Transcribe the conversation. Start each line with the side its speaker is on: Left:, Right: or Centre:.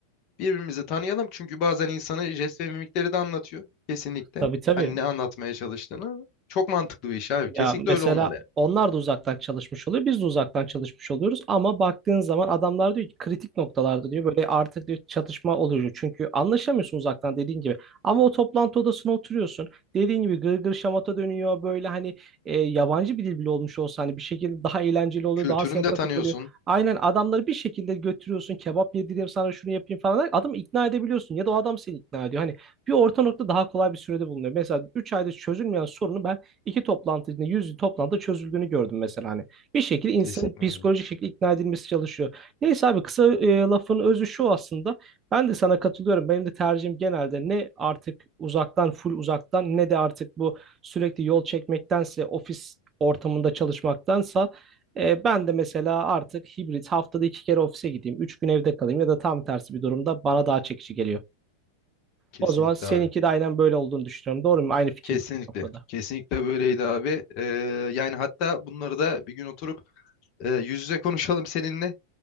Left: Birbirimizi tanıyalım çünkü bazen insana jest ve mimikleri de anlatıyor. Kesinlikle.
Right: Tabii tabii.
Left: Hani ne anlatmaya çalıştığını. Çok mantıklı bir iş abi.
Right: Ya
Left: Kesinlikle
Right: mesela
Left: öyle olmalı yani.
Right: onlar da uzaktan çalışmış oluyor, biz de uzaktan çalışmış oluyoruz ama baktığın zaman adamlar diyor ki kritik noktalarda diyor böyle artık diyor çatışma oluyor. Çünkü anlaşamıyorsun uzaktan dediğin gibi. Ama o toplantı odasına oturuyorsun. Dediğin gibi gırgır şamata dönüyor böyle hani e, yabancı bir dil bile olmuş olsa hani bir şekilde daha eğlenceli oluyor,
Left: Kültürünü
Right: daha sempatik
Left: de tanıyorsun.
Right: oluyor. Aynen adamları bir şekilde götürüyorsun, kebap yedireyim sana şunu yapayım falan. derken Adamı ikna edebiliyorsun ya da o adam seni ikna ediyor. Hani bir orta nokta daha kolay bir sürede bulunuyor. Mesela 3 ayda çözülmeyen sorunu ben iki toplantı içinde yüz toplantıda çözüldüğünü gördüm mesela hani. Bir şekilde insanın
Left: Kesinlikle.
Right: psikolojik
Left: abi.
Right: şekilde ikna edilmesi çalışıyor. Neyse abi kısa e, lafın özü şu aslında. Ben de sana katılıyorum. Benim de tercihim genelde ne artık uzaktan full uzaktan ne de artık bu sürekli yol çekmektense ofis ortamında çalışmaktansa e, ben de mesela artık hibrit haftada iki kere ofise gideyim. Üç gün evde kalayım ya da tam tersi bir durumda bana daha çekici geliyor.
Left: Kesinlikle
Right: O zaman seninki
Left: abi.
Right: de aynen böyle olduğunu düşünüyorum. Doğru mu? Aynı fikirde
Left: Kesinlikle.
Right: o konuda.
Left: Kesinlikle böyleydi abi. Ee, yani hatta bunları da bir gün oturup e, yüz yüze konuşalım seninle.